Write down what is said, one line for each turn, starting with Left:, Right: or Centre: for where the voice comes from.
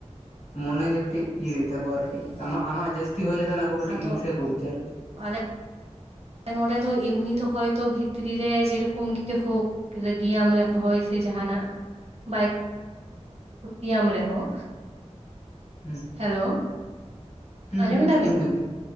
Left: ᱢᱚᱱᱮ ᱜᱮ ᱠᱟᱹᱴᱤᱡ ᱤᱭᱟᱹ ᱛᱟᱠᱚᱣᱟ ᱟᱨ
Right: ᱵᱷᱟᱜᱮᱭᱟ
Left: ᱠᱤ ᱟᱢᱟᱜ ᱟᱢᱟᱜ ᱡᱟᱹᱥᱛᱤ ᱦᱩᱭ ᱞᱮᱠᱷᱟᱱ ᱟᱠᱚ ᱠᱟᱹᱴᱤᱡ
Right: ᱟᱫᱚ
Left: ᱦᱤᱝᱥᱟᱹ ᱠᱚ ᱵᱩᱡᱟ ᱟᱨᱠᱤ᱾
Right: ᱟᱞᱮ ᱱᱚᱰᱮ ᱫᱚ ᱮᱢᱱᱤ ᱫᱚ ᱦᱚᱭᱛᱚ ᱵᱷᱤᱛᱨᱤ ᱨᱮ ᱡᱮᱨᱚᱠᱚᱢ ᱜᱮ ᱦᱳᱠ ᱨᱟᱹᱜᱤᱭᱟᱢ ᱨᱮᱦᱚᱭ ᱥᱮ ᱡᱟᱸᱦᱟᱸᱱᱟᱜ ᱵᱟᱭ ᱛᱷᱩᱛᱤᱭᱟᱢ ᱨᱮᱦᱚᱸ
Left: ᱦᱩᱸ
Right: ᱦᱮᱞᱳ,
Left: ᱦᱩᱸ
Right: ᱟᱸᱡᱚᱢᱮᱫᱟ
Left: ᱦᱩᱸ ᱟᱸᱡᱚᱢ
Right: ᱵᱤᱱ,
Left: ᱫᱟᱞᱤᱧ